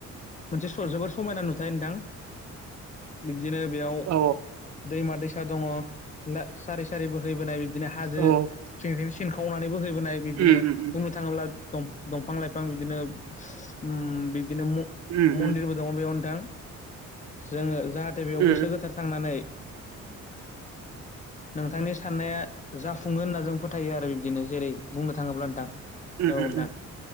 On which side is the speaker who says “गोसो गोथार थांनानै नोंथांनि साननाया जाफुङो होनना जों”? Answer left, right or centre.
Left